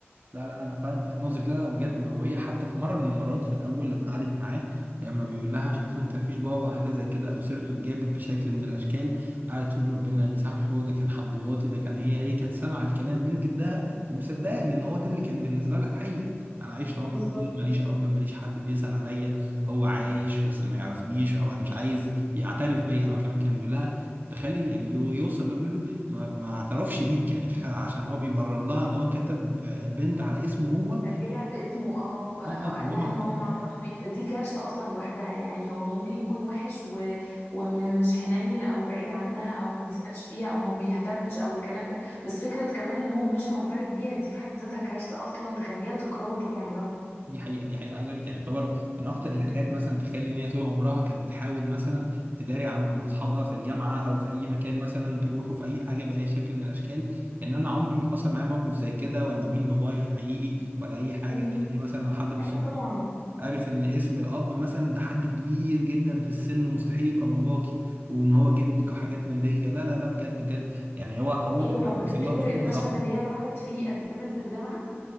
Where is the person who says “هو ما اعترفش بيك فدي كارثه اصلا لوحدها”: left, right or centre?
Left